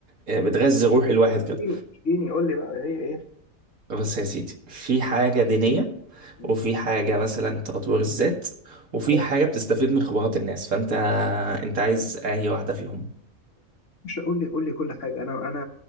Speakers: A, on the right; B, on the left.
A: آه، بتغذي روح الواحد
B: اشجيني
A: كده
B: اشجيني قول لي بقى هي ايه
A: بس يا سيدي في حاجة دينية
B: مم.
A: وفي حاجة مثلا تطوير الذات وفي
B: حلو.
A: حاجة بتستفيد من خبرات الناس فأنت أنت عايز أي واحدة فيهم
B: مش قول لي قول لي كل حاجه انا انا